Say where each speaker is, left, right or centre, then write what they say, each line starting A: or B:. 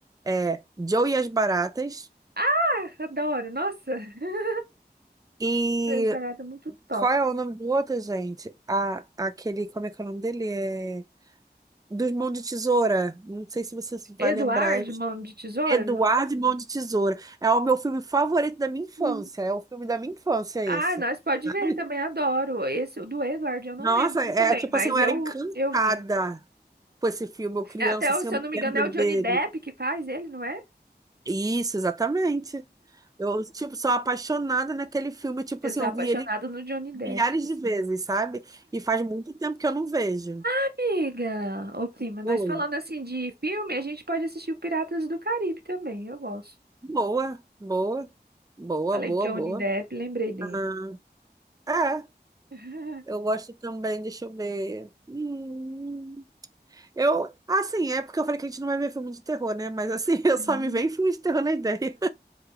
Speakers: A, on the right (about 20°); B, on the right (about 65°).
A: É Joe e as Baratas
B: Ah, adoro. Nossa, <laughs>
A: e
B: coisa barata, muito top.
A: qual é o nome do outro, gente? A, aquele, como é que é o nome dele? É dos Mãos de Tesoura. Não sei se você vai
B: Eduardo,
A: lembrar.
B: Mão de Tesouras?
A: Eduardo e Mão de Tesoura. É o meu filme favorito da minha infância.
B: Hum.
A: É o filme da minha infância esse.
B: Ah, nós pode
A: sabe?
B: ver, também adoro. Esse, o do Eduardo, eu não
A: Nossa,
B: lembro muito
A: é
B: bem,
A: é, tipo
B: mas
A: assim, eu era
B: eu,
A: encantada
B: eu vi.
A: com esse filme. Eu criança,
B: É, Até,
A: assim,
B: o- se
A: eu me
B: eu não me
A: lembro
B: engano, é o Johnny
A: dele.
B: Depp que faz ele, não é?
A: Isso, exatamente. Eu, tipo, sou apaixonada naquele filme. Tipo
B: Eu
A: assim,
B: sou
A: eu
B: apaixonada
A: vi ele
B: no Johnny
A: milhares
B: Depp, assim.
A: de vezes, sabe? E faz muito tempo que eu não vejo.
B: Amiga, ô prima, nós
A: Oi.
B: falando assim de filme, a gente pode assistir o Piratas do Caribe também, eu gosto.
A: Boa, boa, boa,
B: Falei
A: boa,
B: de Johnny
A: boa.
B: Depp, lembrei dele.
A: Aham. É,
B: <laughs>
A: eu gosto também, deixa eu ver. Hum. Eu, assim, é porque eu falei que a gente não vai ver filme de terror, né? Mas assim, <laughs> eu
B: Uhum.
A: só me vem filme de terror na ideia.